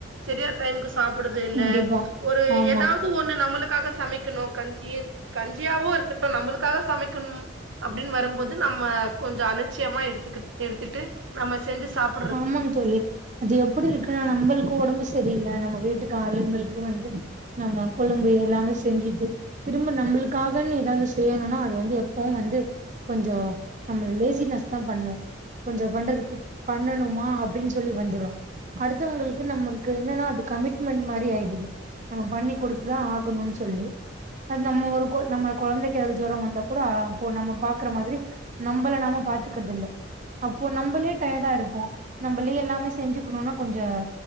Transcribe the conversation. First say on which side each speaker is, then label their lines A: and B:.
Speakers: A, on the right; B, on the right.
A: சரியா டைமுக்கு சாப்டுறது இல்ல
B: கண்டிப்பா
A: ஒரு
B: ஆமா
A: ஏதாவது ஒண்ணு நம்மளுக்காக சமைக் கணும் கஞ்சிய கஞ்சியாவோ இருக்கட்டும் நம்மளுக்காக சமைக்கணும் அப்படின் வரும்போது நம்ம கொஞ்சோ அலட்சியமா எடுத்து எடுத்துட்டு நம்ம செஞ்சு சாப்பி
B: ஆமாங்க தோழி அது எப்படி இருக்குன்னா நம்மளுக்கும் உடம்பு சரியில்ல நம்ம வீட்டுக்கு ஆளுங்களுக்கு வந்து நம்ம கொழம்பு எல்லாமே செஞ்சுட்டு திரும்ப நம்மளுக்காகன் ஏதாவது செய்யணும்னா அது வந்து எப்பவும் வந்து கொஞ்சோ நம்ம லேசினஸ் தா பண்ணோ கொஞ்சோ பண்றதுக்கு பண்ணணுமா அப்டின்னு சொல்லி வந்துரு அடுத்தவங்களுக்கு நமக்கு என்னன்னா அது கமிட்மெண்ட் மாரி ஆய்டுது நம்ம பண்ணி குடுத்துதா ஆகணுன் சொல்லி இப்ப நம்ம ஒரு கொ நம்ம கொழந்தைக்கு அது ஜொரோ வந்தா கூட இப்ப நம்ம பாக்குற மாதிரி நம்பள நாம பாத்துக்கிறது இல்ல அப்போ நம்பளே டயர்டா இருப்போ நம்மளே எல்லாமே செஞ்சுக்கணுனா கொஞ்சோ